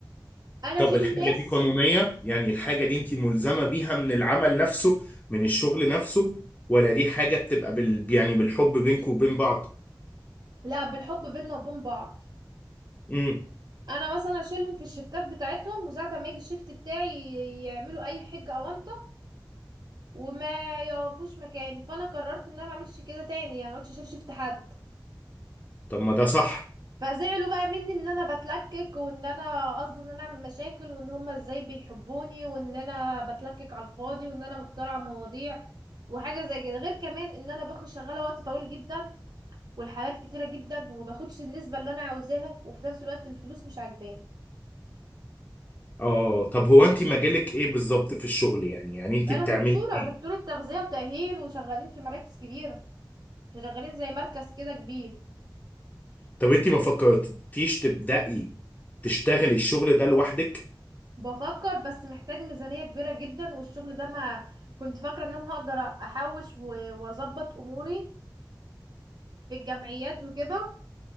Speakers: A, on the right; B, on the left.
A: انا
B: طب
A: اشيل
B: الحاجه
A: الناس
B: دي قانونيه يعني الحاجه دي انت ملزمه بيها من العمل نفسه من الشغل نفسه ولا دي حاجه بتبقى بال يعني بالحب بينك وبين بعض
A: لا بالحب بينا وبين بعض
B: امم
A: انا مثلا اشيلهم في الشيفتات بتاعتهم وساعه ما يجي الشيفت بتاعي يعملوا اي حجه او انطه وما يقفوش مكاني فانا قررت ان انا ما اعملش كده تاني يعني ما عدتش اشيل شيفت حد
B: طب ما ده صح
A: فزعلوا بقى مني ان انا بتلكك وان انا قصدي ان انا اعمل مشاكل وان هما ازاي بيحبوني وان انا بتلكك على الفاضي وان انا مخترعة مواضيع وحاجة زي كده غير كمان ان انا باخد شغالة وقت طويل جدا والحالات كتيرة جدا وماخدش النسبة اللي انا عاوزاها وفي نفس الوقت الفلوس مش عاجباني
B: اه طب هو انت مجالك ايه بالظبط في الشغل يعني يعني انت
A: انا
B: بتعملي
A: دكتورة
B: ايه
A: دكتورة تغذية وتأهيل وشغالين في مراكز كبيرة شغالين زي مركز كده كبير
B: طب انت ما فكرتيش تبدأي تشتغلي الشغل ده لوحدك
A: بفكر بس محتاج ميزانية كبيرة جدا والشغل ده ما كنت فاكرة ان انا هقدر احوش و- واظبط اموري في الجمعيات وكده